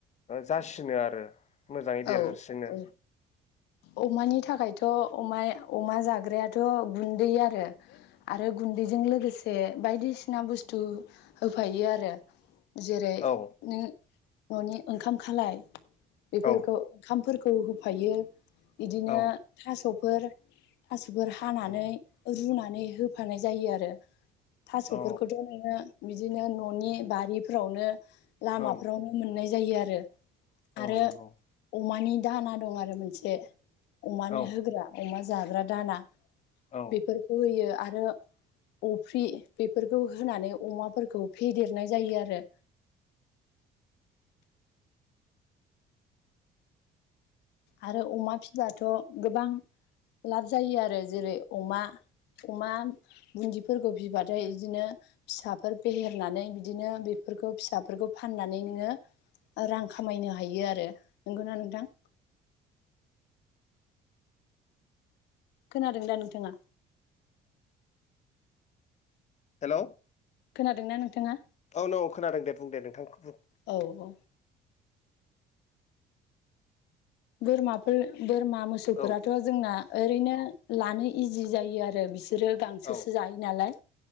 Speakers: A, on the left; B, on the left.
A: जासिनो आरो? मोजाङै देरसिनो
B: औ औ अमानि थाखायथ' अमाया अमा जाग्रायाथ' गुन्दै आरो आरो गुन्दैजों लोगोसे बायदिसिना बुस्थु होफायो आरो जेरै
A: औ
B: नों न'नि ओंखाम खालाय बेफोरखौ
A: औ
B: ओंखामफोर- खौ होफायो बिदिनो
A: औ
B: थास'- फोर थास'फोर हानानै
A: उम
B: रुना- नै होफानाय जायो आरो थासफोरखौथ
A: औ
B: नोङो बिदिनो ननि बारिफ्रावनो लामाफ्रावनो
A: औ
B: मोननाय जायो आरो
A: औ
B: आरो
A: नंगौ
B: अमानि दाहोना दं आरो मोनसे अमानो
A: औ
B: होग्रा अमा जाग्रा दाना
A: औ
B: बेफोरखौ होयो आथ रो अफ्रि बेफोरखौ होनानै अमाफोरखौ फेदेरनाय जायो आरो आरो अमा फिब्लाथ गोबां लाब जायो आरो जेरै अमा अमा बुन्दिफोरखौ फिबाथाय बिदिनो फिसाफोर फेहेरनानै बिदिनो बेफोरखौ फिसाफोरखौ फाननानै नोङो रां खामायनो हायो आरो नंगौना नोंथां खोनादों दा नोंथाङा
A: हेल
B: खोनादों ना नोंथाङा
A: औ नौ खोनादों दे बुं दे नोंथां बु
B: औ औ बोरमाफोर बोरमा मोसौफोराथ
A: औ
B: जोंना ओरैनो लानो इजि जायो आरो बिस बिसोरो गांसोसो
A: औ
B: जायो नालाय